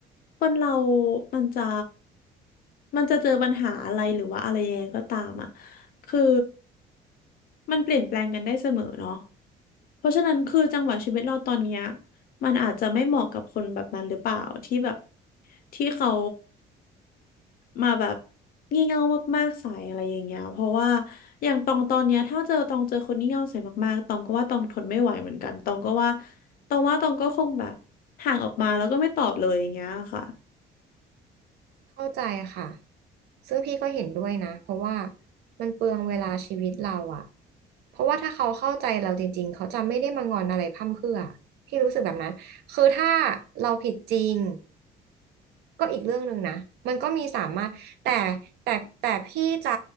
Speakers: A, on the left; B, on the right.
A: คนเรามันจะมันจะเจอปัญหาอะไรหรือว่าอะไรยังไงก็ตามอ่ะคือมันเปลี่ยนแปลงกันได้เสมอเนาะเพราะฉะนั้นคือจังหวะชีวิตเราตอนเนี้ยมันอาจจะไม่เหมาะกับคนแบบนั้นหรือเปล่าที่แบบที่เขา มาแบบงี่เง่ามากๆใส่อะไรอย่างเงี้ยเพราะว่าอย่างตองตอนเนี้ยถ้าเจอตองเจอคนงี่เง่าใส่มากๆตองก็ว่าตองทนไม่ไหวเหมือนกันตองก็ว่าตองว่าตองก็คงแบบห่างออกมาแล้วก็ไม่ตอบเลยอย่างเงี้ยค่ะ
B: เข้าใจค่ะซึ่งพี่ก็เห็นด้วยนะ เพราะว่ามันเปลืองเวลาชีวิตเราอะเพราะว่าถ้าเขาเข้าใจเราจริงๆ เขาจะไม่ได้มางอนอะไรพร่ำเพรื่อพี่รู้สึกแบบนั้น คือถ้าเราผิดจริง ก็อีกเรื่องหนึ่งนะ มันก็มีสามารถ แต่แต่แต่พี่จะ